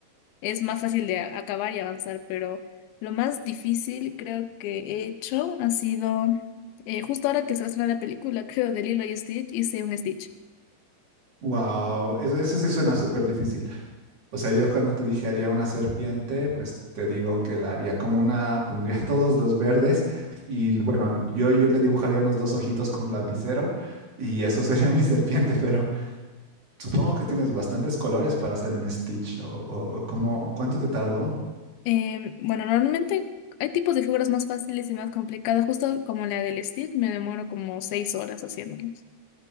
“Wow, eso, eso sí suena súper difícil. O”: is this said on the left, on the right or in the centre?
Right